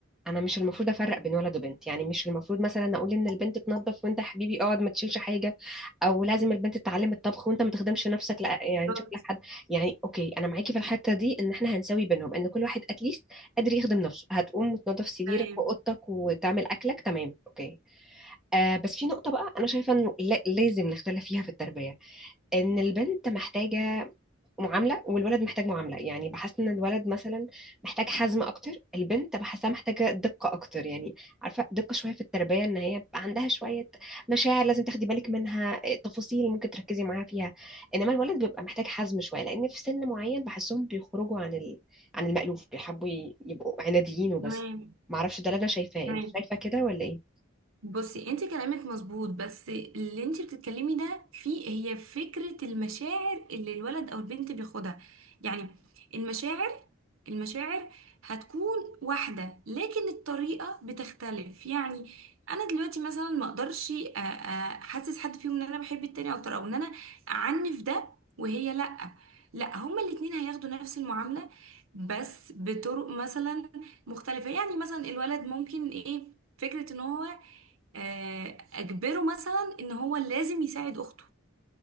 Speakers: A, in the centre; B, on the right.
A: انا مش المفروض افرق بين ولد وبنت يعني مش المفروض مثلا اقول ان البنت تنظف وانت يا حبيبي اقعد ما تشيلش حاجه او لازم البنت تتعلم الطبخ وانت ما تخدمش نفسك لا يعني
B: بالظبط
A: تشوف لك حد يعني اوكي انا معاكي في الحته دي ان احنا هنساوي بينهم ان كل واحد اتليست قادر يخدم نفسه هتقوم وتنظف سريرك
B: تمام
A: واوضتك وتعمل اكلك تمام اوكي آه بس في نقطة بقى أنا شايفة إنه لا- لازم نختلف فيها في التربية إن البنت محتاجة معامله والولد محتاج معامله يعني بحس ان الولد مثلا محتاج حزم اكتر البنت بحسها محتاجه دقه اكتر يعني عارفه دقه شويه في التربيه ان هي بقى عندها شويه مشاعر لازم تاخدي بالك منها إيه، تفاصيل ممكن تركزي معاها فيها انما الولد بيبقى محتاج حزم شويه لان في سن معين بحسهم بيخرجوا عن ال... عن المألوف بيحبوا ي- يبقوا عناديين وبس
B: تمام
A: معرفش ده اللي انا شايفاه
B: تمام
A: انت شايفه كده ولا ايه
B: بصي انت كلامك مظبوط بس اللي انت بتتكلمي ده فيه هي فكرة المشاعر اللي الولد او البنت بياخدها يعني المشاعر المشاعر هتكون واحدة لكن الطريقة بتختلف يعني انا دلوقتي مثلا ما اقدرش أ- أ- احسس حد فيهم ان انا بحب التاني اكتر او ان انا اعنف ده وهي لا لا هما الاتنين هياخدوا نفس المعاملة بس بطرق مثلا مختلفة يعني مثلا الولد ممكن ايه فكرة ان هو آه، اجبره مثلا ان هو لازم يساعد اخته